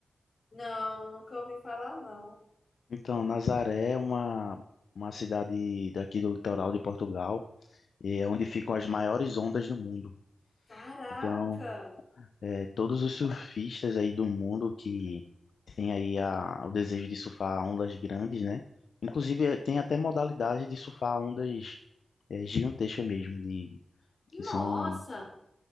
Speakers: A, on the left (about 55°); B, on the left (about 80°).
A: Não, nunca ouvi falar, não.
B: Então, Nazaré é uma, uma cidade daqui do litoral de Portugal, e é onde ficam as maiores ondas do mundo.
A: Caraca!
B: Então, é, todos os surfistas aí do mundo que tem aí a, o desejo de surfar ondas grandes, né? Inclusive, eh, tem até modalidade de surfar ondas eh, gigantescas mesmo, de,
A: Nossa!
B: que são